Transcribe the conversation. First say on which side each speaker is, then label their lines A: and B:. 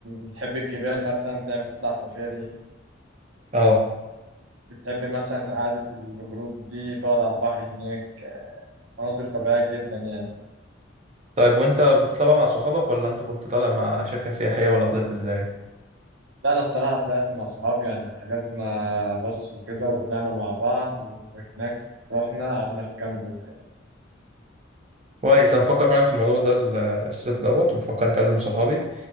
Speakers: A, on the right; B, on the right.
A: بتحب الجبال مثلا تعمل تطلع سفاري
B: اه
A: بتحب مثلا قعدة الغروب دي تقعد على البحر هناك مناظر طبيعية جدا يعني
B: طيب وانت بتطلع بقى مع صحابك ولا انت كنت طالع مع شركة سياحية ولا طلعت ازاي؟
A: لا أنا الصراحة طلعت مع صحابي يعني حجزنا باص وكده وطلعنا مع بعض وهناك رحنا قعدنا في كامب وكده
B: كويس انا بفكر فعلا في الموضوع ده ال- الصيف دوت وبفكر اكلم صحابي